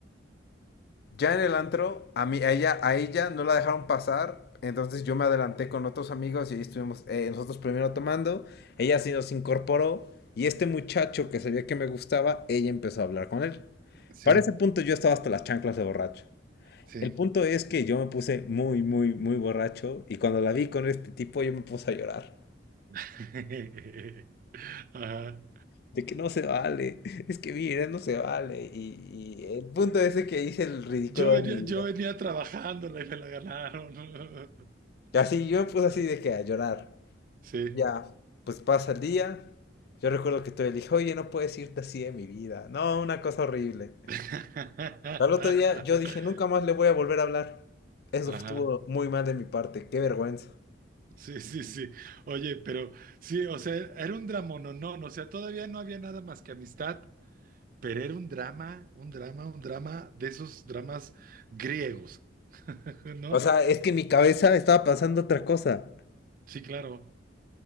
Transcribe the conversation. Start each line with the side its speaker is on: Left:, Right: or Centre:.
Left: Ya en el antro, a mí, a ella, a ella no la dejaron pasar, entonces yo me adelanté con otros amigos y ahí estuvimos eh, nosotros primero tomando, ella sí nos incorporó y este muchacho que sabía que me gustaba, ella empezó a hablar con él.
Right: sí,
Left: Para ese punto yo estaba hasta las chanclas de borracho.
Right: sí.
Left: El punto es que yo me puse muy, muy, muy borracho y cuando la vi con este tipo yo me puse a llorar.
Right: <laughs> Ajá.
Left: De que no se vale, <laughs> es que mira, no se vale. Y, y el punto es de que hice el ridículo
Right: Yo venía,
Left: de mi
Right: yo
Left: vida.
Right: venía trabajándola y me la ganaron. <laughs>
Left: Y así yo me puse así de que a llorar.
Right: Sí.
Left: Ya, pues pasa el día. Yo recuerdo que todavía le dije, oye, no puedes irte así de mi vida. No, una cosa horrible.
Right: <laughs>
Left: Al otro día yo dije, nunca más le voy a volver a hablar. Eso
Right: Ajá.
Left: estuvo muy mal de mi parte, qué vergüenza.
Right: Sí, sí, sí. Oye, pero sí, o sea, era un dramononón, o sea, todavía no había nada más que amistad, pero era un drama, un drama, un drama de esos dramas griegos, <laughs> ¿no?
Left: O sea, es que en mi cabeza estaba pasando otra cosa.
Right: Sí, claro.